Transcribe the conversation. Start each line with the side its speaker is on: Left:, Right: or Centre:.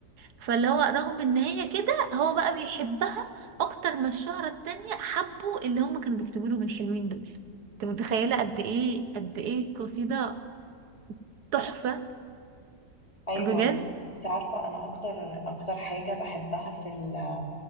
Right: فاللي هو رغم ان هي كده هو بقى بيحبها اكتر ما الشهرة التانية حبوا اللي هم كانوا بيكتبوا له من الحلوين دول انت متخيلة قد ايه قد ايه قصيدة تحفة
Left: أيوة
Right: بجد
Left: انت عارفة أنا أكتر أكتر حاجة بحبها في ال-